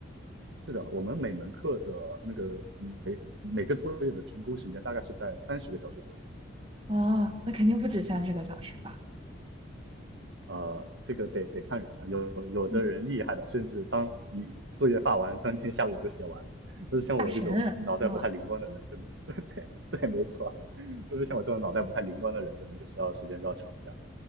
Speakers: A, on the right; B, on the right.
A: 是的，我们每门课的那个每每个作业的评估时间大概是在三十个小时左右。
B: 啊，那肯定不止三十个小时吧？
A: 呃，这个得得看人了，有有的人厉害的，
B: 嗯
A: 甚至当一作业发完，当天下午就写完了。但是像我这种脑袋不太灵光的人，
B: 大神是吗？
A: 可能 <laughs> 对对，没错，就是像我这种脑袋不太灵光的人，可能就需要时间就要长一点儿